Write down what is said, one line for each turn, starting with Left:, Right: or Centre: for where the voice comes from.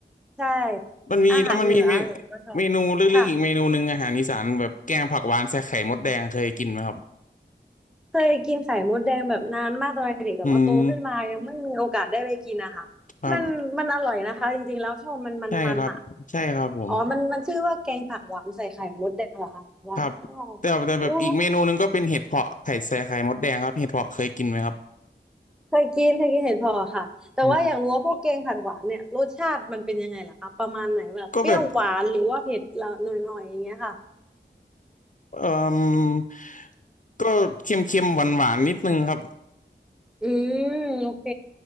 Centre: ใช่
Left: มันมีแล้วมันมีเม
Centre: อาหารเหนืออะไรก็ชอบค่ะ
Left: เมนูลึกๆอีกเมนูหนึ่งอาหารอีสานแบบแกงผักหวานใส่ไข่มดแดงเคยกินไหมครับ
Centre: เคยกินไข่มดแดงแบบนานมากตอนเด็กแต่ว่าโตขึ้นมายังไม่มีโอกาสได้ไปกินนะคะมันมันอร่อยนะคะจริงๆแล้วชอบมันมันมันอ่ะ
Left: อืมครับใช่ครับใช่ครับผม
Centre: อ๋อมันมันชื่อว่าแกงผักหวานใส่ไข่มดแดงเหรอคะว้าว
Left: ครับแต่แต่แบบอีกเมนูหนึ่งก็เป็นเห็ดเผาะไข่ใส่ไข่มดแดงครับเห็ดเผาะเคยกินไหมครับ
Centre: อู้ เคยกินเคยกินเห็ดเผาะค่ะแต่ว่าอยากรู้ว่าพวกแกงผัดหวานเนี่ยรสชาติมันเป็นยังไงล่ะคะประมาณไหนแบบเปรี้ยวหวานหรือว่าเผ็ดละหน่อยๆอย่างเงี้ยค่ะ
Left: อืมก็แบบเอ่อก็เค็มๆหวานๆนิดนึงครับ
Centre: อืมโอเค